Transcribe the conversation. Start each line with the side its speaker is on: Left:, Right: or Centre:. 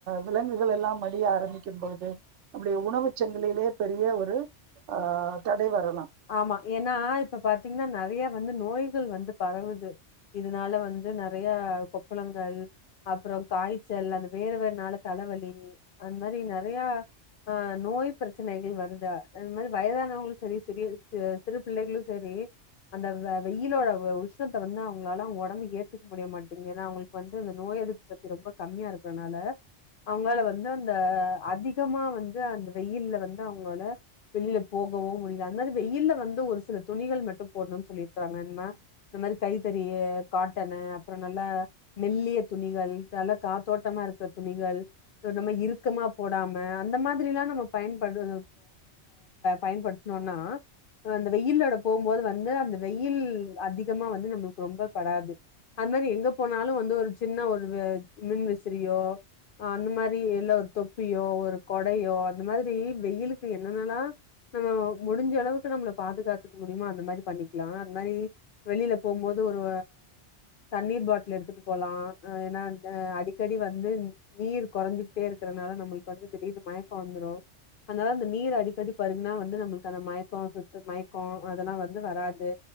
Right: விலங்குகள் எல்லாம் மடிய ஆரம்பிக்கும்போது அப்டி உணவுச்சங்கிலிலே பெரிய ஒரு ஆ தடை வர
Left: ஆமா ஏன்னா இப்ப பாத்தீங்னா நெறய வந்து நோய்கள் வந்து பரவுது இதனால வந்து நெறய கொப்பளங்கள் அப்றோ காய்ச்சல் அந்த வேர்வனால தலவலி அந்த மாரி நெறயா ஆ நோய் பிரச்சனைகள் வருதா அது மாரி வயதானவும் சரி சிறி ச சிறு பிள்ளைகளு சரி அந்த வெயிலோட உஷ்ணத்த வந்து அவுங்களால அவுங்க ஒடம்பு ஏத்துக்க முடிய மாட்டேங்குது ஏன்னா அவுங்களுக்கு வந்து அந்த நோய் எதிர்ப்பு சக்தி ரொம்ப கம்மியா இருக்றனால அவுங்களால வந்து அந்த அதிகமா வந்து அந்த வெயில்ல வந்து அவுங்களோட வெளில போகவோ முடிய ஜன்னல் வெயில்ல வந்து ஒரு சில துணிகள் மட்டும் போடணும்னு சொல்லிருக்கறாங்க நம்ம இந்த மாரி கைத்தறி காட்டனு அப்றோ நல்லா மெல்லிய துணிகள் நல்ல காத்தோட்டமா இருக்ற துணிகள் நம்ம இறுக்கமா போடாம அந்த மாதிரி எல்லா நம்ம பயன்படு பயன்படுத்தணும்னா அந்த வெயில்லோட போகும்போது வந்து அந்த வெயில் அதிகமா வந்து நம்மளுக்கு ரொம்ப படாது அந்த மாதிரி எங்க போனாலு வந்து ஒரு சின்ன ஒரு மின் விசிறியோ் அந்த மாரி இல்ல ஒரு தொப்பியோ ஒரு கொடையோ அந்த மாரி வெயிலுக்கு என்னன்னல்லா நம்ம முடிஞ்ச அளவுக்கு நம்மள பாதுகாத்துக்க முடியுமோ அந்த மாரி பண்ணிக்கலா அந்த மாரி வெளியில போகும்போது ஒரு தண்ணீர் பாட்டில் எடுத்துட்டு போகலா ஏன்னா அ அடிக்கடி வந்து நீர் கொறஞ்சுகிட்டே இருக்கறனால நம்மளுக்கு வந்து திடீர்னு மயக்க வந்துரு அதனால அந்த நீர் அடிக்கடி பருகுனா வந்து நம்மளுக்கு அந்த சுத்து மயக்கோ அதெல்லா வந்து வராது